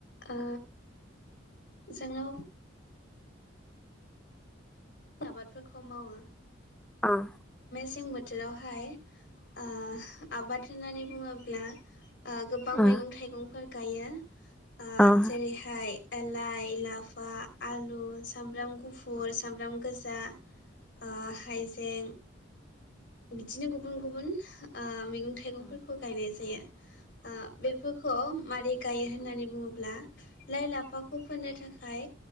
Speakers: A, on the left; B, in the centre.
A: ओ जोंङाव आबादफोरखौ मावो
B: उम
A: सें बोथोरावहाय ओ आबाद होननानै बुङोब ब्ला आ गोबां
B: औ
A: मैगं थाइगंफोर गायो आ
B: औ
A: जेरैहाय एलाइ लाफा आलु सामब्राम गुफुर सामब्राम गो जा आ हाइजें बिदिनो गुबुन गुबुन ओ मैगं थाइगंफोरखौ गायनाय जायो आ बेफोरखौ मारै गायो होननानै बुङोब्ला लाइ लाफा खौ फोनो थाखाय